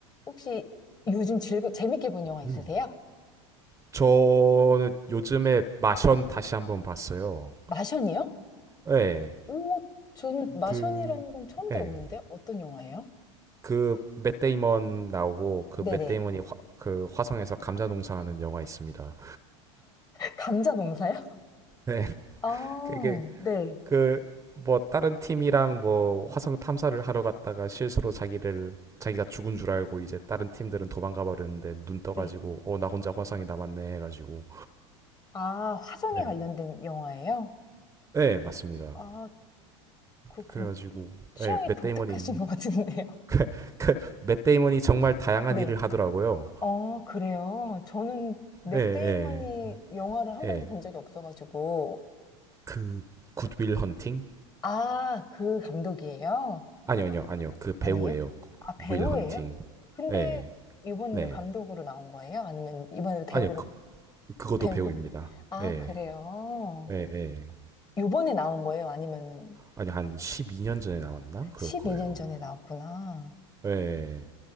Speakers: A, on the left; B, on the right.
A: 혹시 요즘 즐거, 재밌게 본 영화 있으세요?
B: 음. 저는 요즘에 마션 다시 한번 봤어요.
A: 마션이요?
B: 예,
A: 오, 저는 마션이라는
B: 그,
A: 건 처음 들어보는데요.
B: 예,
A: 어떤 영화예요?
B: 그맷 데이먼 나오고 그
A: 네네.
B: 맷 데이먼이 화, 그 화성에서 감자 농사하는 영화 있습니다.
A: <laughs> 감자 농사요?
B: 예, <laughs>
A: 아,
B: 그게
A: 네,
B: 그 뭐 다른 팀이랑 뭐 화성 탐사를 하러 갔다가 실수로 자기를 자기가 죽은 줄 알고 이제 다른 팀들은 도망가 버렸는데 눈 떠가지고
A: 네.
B: 어 나 혼자 화성에 남았네 해가지고
A: 아, 화성에
B: 네
A: 관련된 영화예요?
B: 네 맞습니다.
A: 아, 그렇군.
B: 그래가지고
A: 취향이
B: 예, 맷
A: 독특하신
B: 데이먼이
A: 것 같은데요.
B: <laughs> 맷 데이먼이 정말 다양한
A: 네.
B: 일을 하더라고요.
A: 어, 그래요. 저는 맥데이먼이
B: 예, 예,
A: 영화를 한 번도
B: 예.
A: 본 적이 없어가지고.
B: 그 굿윌 헌팅?
A: 아, 그 감독이에요?
B: 아니요, 아니요, 아니요. 그 배우예요.
A: 아니에요? 아, 배우예요?
B: 윌 헌팅.
A: 근데
B: 예,
A: 이번에는
B: 네.
A: 감독으로 나온 거예요? 아니면 이번에도 배우로?
B: 아니요, 그, 그것도
A: 배우로?
B: 배우입니다.
A: 아,
B: 예,
A: 그래요.
B: 예, 예.
A: 요번에 나온 거예요? 아니면은
B: 아니요, 한 12년 전에 나왔나? 그럴
A: 12년
B: 거예요.
A: 전에 나왔구나.
B: 예.